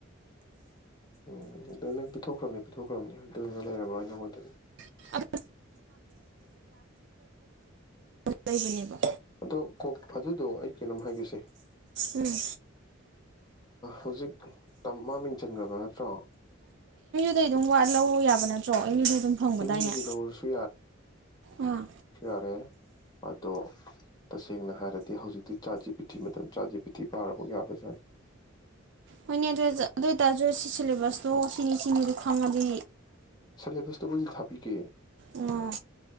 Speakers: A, on the left; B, on the right.
A: ꯎꯝ ꯑꯗꯨ ꯅꯪ ꯄꯤꯊꯣꯛꯈ꯭ꯔꯝꯅꯤ ꯄꯤꯊꯣꯛꯈ꯭ꯔꯝꯅꯤ ꯑꯗꯨ ꯂꯩꯔꯝꯃꯔꯣꯏ ꯅꯪꯉꯣꯟꯗꯗꯤ꯫
B: <inaudible> ꯂꯩꯟꯅꯦꯕ꯫
A: ꯑꯗꯣ ꯀꯣꯛ ꯑꯗꯨꯗꯣ ꯑꯩ ꯀꯩꯅꯣꯝ ꯍꯥꯏꯒꯁꯦ꯫
B: ꯎꯝ
A: ꯍꯧꯖꯤꯛ ꯃꯥ ꯃꯤꯡ ꯆꯟꯈ꯭ꯔꯕ ꯅꯠꯇ꯭ꯔꯣ꯫
B: ꯑꯇꯩ ꯑꯗꯨꯝ ꯋꯥ ꯂꯧ ꯌꯥꯕ ꯅꯠꯇ꯭ꯔꯣ ꯑꯦꯝ ꯃꯨꯏꯗ ꯑꯗꯨꯝ ꯐꯪꯕꯗꯥꯏꯅꯦ
A: ꯑꯦꯝ ꯌꯨꯗꯒꯤ ꯂꯧꯔꯁꯨ
B: ꯑꯥ꯫
A: ꯐꯔꯦ ꯑꯗꯣ꯫ ꯇꯁꯦꯡꯅ ꯍꯥꯏꯔꯗꯤ ꯍꯧꯖꯤꯛꯇꯤ ꯆꯥꯠ ꯖꯤꯄꯤꯇꯤ ꯃꯇꯝ ꯆꯥꯠ ꯖꯤ ꯄꯤꯇꯤ ꯄꯥꯔꯕꯥꯎ ꯌꯥꯔꯕꯖꯥꯠꯅꯤ꯫
B: ꯍꯣꯏꯅꯦ ꯑꯗꯨ ꯑꯗꯨ ꯑꯣꯏꯇꯥꯔꯁꯨ ꯁꯤ ꯁꯤꯂꯦꯕꯁꯇꯣ ꯁꯤꯅꯤ ꯁꯤꯅꯤꯗꯨ ꯈꯪꯉꯥꯗꯤ꯫
A: ꯁꯂꯦꯕꯁꯇꯕꯨꯂꯤ ꯊꯥꯕꯤ ꯀꯦ
B: ꯑꯣ